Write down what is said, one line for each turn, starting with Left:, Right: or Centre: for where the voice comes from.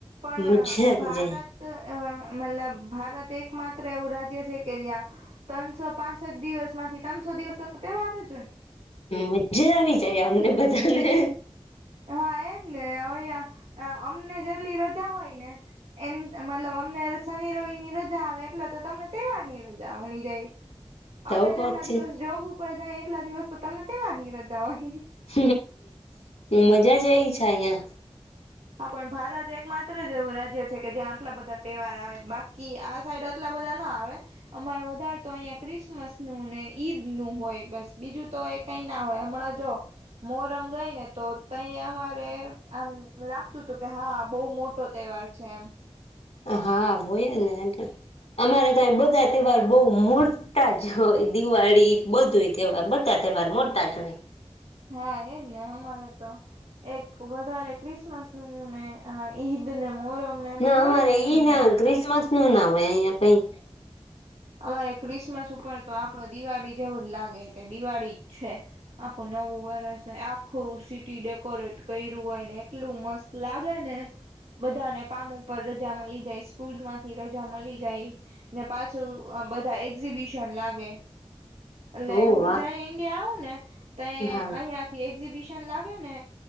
Right: પણ
Left: મજા આવી
Right: ભારત
Left: જાય
Right: અ મતલબ ભારત એક માત્ર એવું રાજ્ય છે કે જ્યાં ત્રણસો પાસઠ દિવસ માંથી ત્રણસો દિવસ તો તહેવાર જ હોય.
Left: મજા આવી જાય અમને બધાને.
Right: હા એજ ને અ અમને જેટલી રજા હોય ને એમ મતલબ તમને શનિ રવિ ની રજા આવે એટલે તો તમને તહેવાર ની રજા વની જાય.
Left: તો
Right: અમે
Left: પછી
Right: જેટલા દિવસ જોબ ઉપર જાય એટલા દિવસ તો તમને તહેવાર ની રજા હોય.
Left: હ મજા જઈ છે અહિયાં.
Right: હા પણ ભારત એક માત્ર જ એવું રાજ્ય છે કે ત્યાં આટલા બધા તહેવાર આવે બાકી આ સાઈડ આટલા બધા ના આવે અમારે વધારે તો અહિયાં ક્રિસમસ નું ને ઈદ નું હોય બસ બીજું તો એ કઈ ના હોય હમણાં જો મોરમ ગઈ ને તો ત અમારે આમ લાગતું હતું કે હા બહુ મોટો તહેવાર છે એમ.
Left: હા હું <unintelligible> અમારા ત્યાં બધા તહેવાર બઉ મોટા જ હોય દિવાળી બધું તહેવાર બધા. મોટા <unintelligible>
Right: હા એજ ને અમારે તો. એક વધારે ક્રિસમસ નું હુંને અ ઈદ મોહરમ ને એ
Left: ના
Right: બધું
Left: અમારે
Right: હોય ને એનું
Left: ઈ ના
Right: હોય
Left: ક્રિસમસ નું ના હોય અહંયા કઈ.
Right: અમારે ક્રિસમસ ઉપર તો આપડી દિવાળી જેવું જ લાગે કે દિવાળી છે આપણ નવું વરસ ને આખું સિટી ડેકોરેટ કર્યું હોય ને એટલું મસ્ત લાગે ને. બધાને કામ ઉપર રજા મળી જાય સ્કૂલ માંથી રજા મળી જાય ને પા છું બધા એક્ઝિબિશન લાગે. ને
Left: ઓ
Right: હું
Left: વાહ
Right: જ ઈન્ડિયા આવ ને ત
Left: હા
Right: અહિયાં થી એક્ઝિબિ ન લાગે ને